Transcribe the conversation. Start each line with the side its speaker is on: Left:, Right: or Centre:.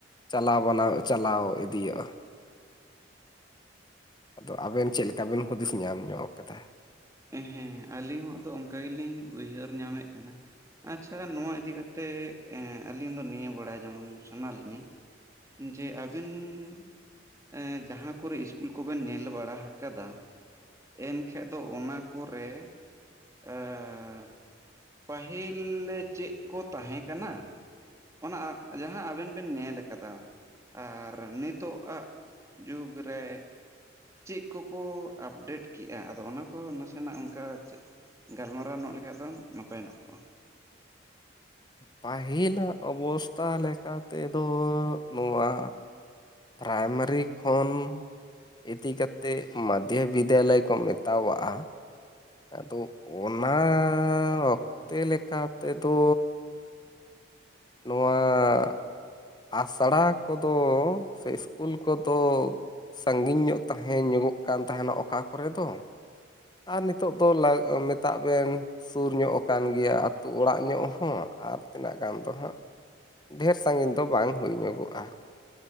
Left: ᱪᱟᱞᱟᱣ ᱵᱟᱱᱟᱣ ᱪᱟᱞᱟᱣ ᱤᱫᱤᱭᱮᱜ-ᱟ᱾ ᱟᱫᱚ ᱟᱵᱮᱱ ᱪᱮᱫ ᱞᱮᱠᱟ ᱵᱮᱱ ᱦᱩᱫᱤᱥ ᱧᱟᱢ ᱧᱚᱜ ᱟᱠᱟᱫᱟ?
Right: ᱦᱩᱸ ᱦᱩᱸ ᱟᱹᱞᱤᱧ ᱦᱚᱸ ᱫᱚ ᱚᱱᱠᱟ ᱜᱮᱞᱤᱧ ᱩᱭᱦᱟᱹᱨ ᱧᱟᱢᱮᱫ ᱠᱟᱱᱟ᱾ ᱟᱪᱪᱷᱟ ᱱᱚᱣᱟ ᱤᱫᱤ ᱠᱟᱛᱮᱜ ᱟᱹᱞᱤᱧ ᱫᱚ ᱱᱤᱭᱟᱹ ᱵᱟᱲᱟᱭ ᱡᱚᱝ ᱥᱟᱱᱟ ᱞᱤᱧᱟᱹ᱾ ᱡᱮ ᱟᱹᱵᱤᱱᱺ ᱡᱟᱦᱟᱸ ᱠᱚᱨᱮ ᱤᱥᱠᱩᱞ ᱠᱚᱵᱮᱱ ᱧᱮᱞ ᱵᱟᱲᱟ ᱦᱟᱠᱟᱫᱟ ᱮᱱᱠᱷᱟᱡ ᱫᱚ ᱚᱱᱟ ᱠᱚᱨᱮ ᱮᱸᱻ ᱯᱟᱹᱦᱤᱞ ᱪᱮᱫ ᱠᱚ ᱛᱟᱦᱮᱸ ᱠᱟᱱᱟ? ᱚᱱᱟ ᱡᱟᱦᱟᱸ ᱟᱵᱮᱱ ᱵᱮᱱ ᱧᱮᱞ ᱠᱟᱫᱟ᱾ ᱟᱨ ᱱᱤᱛᱚᱜ-ᱟᱜ ᱡᱩᱜᱽ ᱨᱮ᱾ ᱪᱮᱫ ᱠᱚᱠᱚ ᱟᱯᱰᱮᱴ ᱠᱮᱜᱼᱟ ᱟᱫᱚ ᱚᱱᱟ ᱠᱚ ᱱᱟᱥᱮᱱᱟᱜ ᱚᱱᱠᱟ? ᱜᱟᱞᱢᱟᱨᱟᱣ ᱧᱚᱜ ᱞᱮᱠᱟᱱᱡ ᱫᱚ ᱱᱟᱯᱟᱭ ᱧᱚᱜ ᱠᱚᱜᱼᱟ ᱾
Left: ᱯᱟᱹᱦᱤᱞᱟᱜ ᱚᱵᱚᱥᱛᱷᱟ ᱞᱮᱠᱟ ᱛᱮᱫᱚ ᱱᱚᱣᱟ ᱯᱨᱟᱭᱢᱟᱨᱤ ᱠᱷᱚᱱ ᱤᱫᱤ ᱠᱟᱛᱮ ᱢᱟᱫᱽᱫᱷᱚ ᱵᱤᱫᱽᱫᱟᱞᱚᱭ ᱠᱚ ᱢᱮᱛᱟᱣᱟᱜᱼᱟ ᱾ ᱟᱫᱚ ᱚᱱᱟᱻ ᱚᱠᱛᱮ ᱞᱮᱠᱟ ᱛᱮᱫᱚᱻ ᱱᱚᱣᱟᱻ ᱟᱥᱲᱟ ᱠᱚᱫᱚ ᱥᱮ ᱥᱤᱥᱠᱩᱞ ᱠᱚᱫᱚ ᱥᱟᱺᱜᱤᱧ ᱧᱚᱜ ᱛᱟᱦᱮᱸ ᱧᱚᱜᱚᱜ ᱠᱟᱱ ᱛᱟᱦᱮᱱᱟ ᱚᱠᱟ ᱠᱚᱨᱮ ᱫᱚ ᱾ ᱟᱨ ᱱᱤᱛᱚᱜ ᱫᱚ ᱢᱮᱛᱟᱜ ᱵᱮᱱ ᱥᱩᱨ ᱧᱚᱜ ᱟᱠᱟᱱ ᱜᱮᱭᱟ ᱟᱹᱛᱩ ᱚᱲᱟᱜ ᱧᱚᱜ ᱦᱚᱸ ᱟᱨ ᱛᱤᱱᱟᱹᱜ ᱜᱟᱱ ᱫᱚ ᱦᱟᱸᱜ ᱰᱷᱮᱨ ᱥᱟᱺᱜᱤᱧ ᱫᱚ ᱵᱟᱝ ᱦᱩᱭ ᱧᱚᱜᱚᱜᱼᱟ ᱾